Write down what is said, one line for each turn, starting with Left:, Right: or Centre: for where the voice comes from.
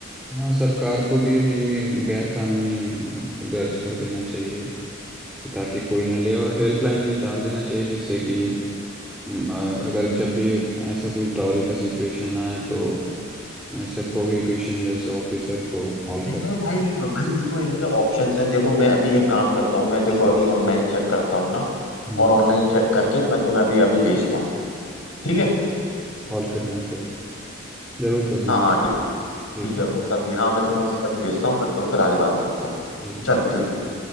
Centre: हाँ सरकार को भी अब ये गैर कानूनी दर्ज कर देना चाहिए कि ताकि कोई ना ले और हेल्पलाइन भी डाल देना चाहिए जिससे कि हम्म, अ, अगर जब भी ऐसा कुछ डॉरी का सिचुएशन आए तो ऐसे प्रोहिबिशन जैसे ऑफिसर को कॉल
Left: नहीं
Centre: कर
Left: नहीं भाई भाई देखो इनके ऑप्शंस हैं देखो मैं अभी एक काम करता हूँ मैं देखो अभी ऑनलाइन चेक करता हूँ ना
Centre: सकते
Left: और ऑनलाइन चेक करके मैं तुम्हें अभी अभी भेजता हूँ ठीक है
Centre: कॉल करना फिर जरूर करना
Left: हाँ
Centre: भाई
Left: हाँ ठीक
Centre: ठीक
Left: ठीक
Centre: है
Left: है बस अभी हाँ मैं तुम्हें बस अभी भेजता हूँ फिर तुम्हें फिर आगे बात करते हैं
Centre: ठीक है
Left: चलो
Centre: bye।
Left: ठीक है